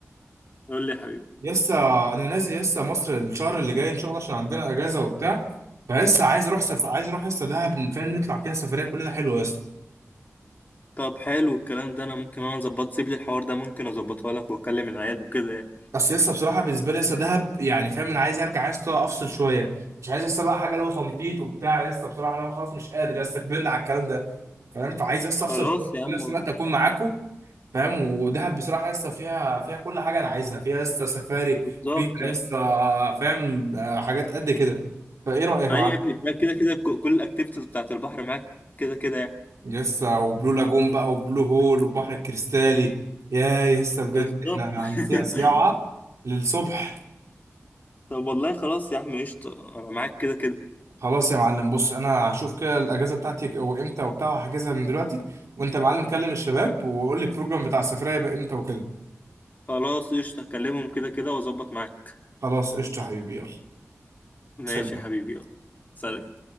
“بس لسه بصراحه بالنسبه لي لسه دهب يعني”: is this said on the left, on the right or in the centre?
Right